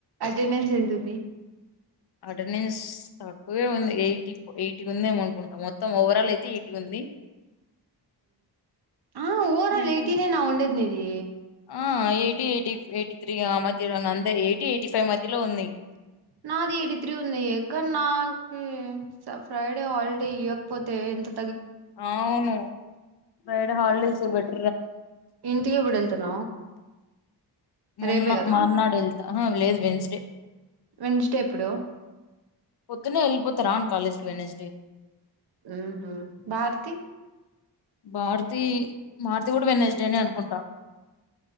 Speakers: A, on the right (about 65°); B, on the left (about 65°).
A: అటెండెన్స్ ఎతుంది
B: అటెండెన్స్ తక్కువే ఉంది ఎయిటీ ఎయిటీ ఉంది ఏమో అనుకుంటున్న, మొత్తం ఓవరాల్ అయితే ఎయిటీ ఉంది.
A: ఆ ఓవరా ఆల్
B: ఇంకా
A: ఎయిటి నేనా ఉండేది నిది
B: ఆ ఎయిటీ ఎయిటీ ఎయిటీ త్రీ ఆ మధ్యలో ఇంగ అంతే ఎయిటీ ఎయిటీ ఫైవ్ మధ్యలో ఉంది.
A: నాది ఎయిటి త్రీ ఉంది ఎక్కడ నాకు ఫ్రైడే హాలిడే ఇవ్వకపోతే ఎందుకు
B: అవును బైడ హల్డేస్ బట
A: ఇడి విడంతర
B: మొన్న
A: రేపే కదా
B: మర్నాడు వెళ్తా ఆహా లేదు వెన్స్డే
A: వెంచటే ఎప్పుడు
B: పొద్న్ననే వెళ్ళపోతారాను కాలేజ్కి వెెస్డే
A: ఉ భారతి
B: భారుతి మారుతి కూడా వెన్నస్ డేని అనుకుంటాం